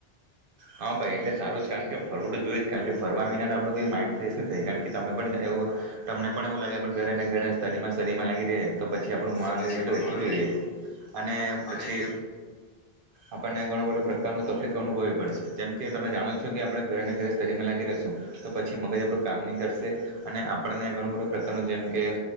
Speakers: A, on the right; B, on the left.
A: હા ભાઈ એટલે સારું જ કારણ કે ફરવું તો જોઈએ જ કારણ કે ફરવા મહિનાને આપણું કોઈ માઇન્ડ ફ્રેશ ની થાય કારણ કે તમે પણ એ વુ તમને પણ એવું લાગે ઘરે ને ઘરે સ્ટડીમાં સ્ટડીમાં લાગી રેયે તો પછી આપણું માઈન્ડ
B: તો પછી
A: એટલું
B: આપડો
A: એકઠું
B: મહાન
A: થઈ જાય છે અને
B: અને
A: પછી આપણને ઘણો બધો પ્રકારનો તકલીફ અનુભવી પડ જેમ કે તમે જાણો છો કે આપણા ઘરે ને ઘરે સ્ટડીમાં લાગી રહેશું તો પછી મગજ આપણું કામ ની કરશે અને આપણને ઘણું બધું પ્રકાર જેમકે